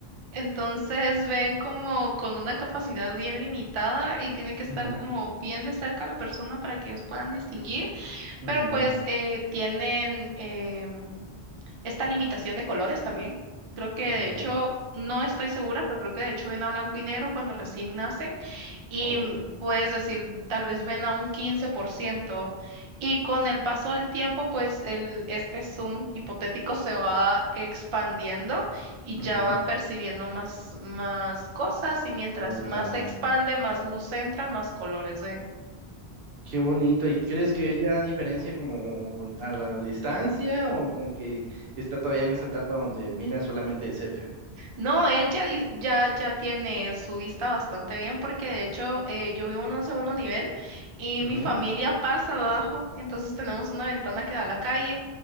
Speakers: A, on the right; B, on the right.
A: Entonces ven como con una capacidad bien limitada y tienen que estar
B: Ujú,
A: como bien de cerca a la persona para que ellos puedan distinguir,
B: ujú,
A: pero pues eh, tienen em, esta limitación de colores también. Creo que
B: ujú.
A: de hecho, no estoy segura, pero creo que de hecho ven a blanco y negro cuando recién nacen y
B: Oh,
A: mm, puedes decir, tal vez ven a un quince por ciento Y con el paso del tiempo, pues el, este zoom hipotético se va expandiendo y
B: ujú.
A: ya van percibiendo más, más cosas y mientras
B: Más detalles.
A: más se expande, más luz entra, más colores ven.
B: Qué bonito. ¿Y crees que él ya diferencia como a la distancia o como que está todavía en esa etapa donde mira solamente de cerca?
A: No, él ya, di- ya, ya tiene su vista bastante bien porque de hecho eh, yo vivo en un segundo nivel y
B: Ujú,
A: mi familia pasa abajo, entonces tenemos una ventana que da a la calle